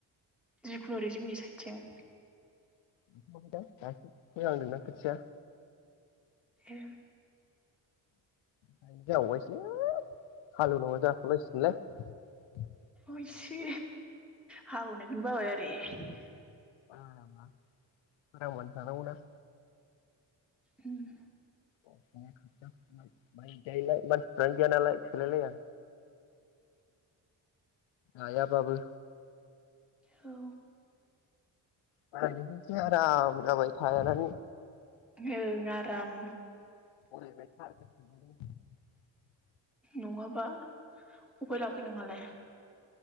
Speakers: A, in the centre; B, on the left.
A: जिखुनुओरै जोंनि साइडथिं?
B: <unintelligible> फोहांदोंना खोथिया!
A: ए
B: गायनो जावबायसैलै हालेवनांगौ जाखलायसिगोनलाय ।
A: एइसे हाल एवनायखोनो बाबाय आरो बे
B: बायाबा सोरांबानो थांनांगौना।
A: होम
B: <unintelligible> मानसियानो गैया नालाय थैलायलाया। आया बाबो
A: औ
B: <unintelligible> आराम जाबाय <unintelligible>
A: ओं आराम
B: <unintelligible>
A: नङाबा उफाय लाखो नोंहालाय?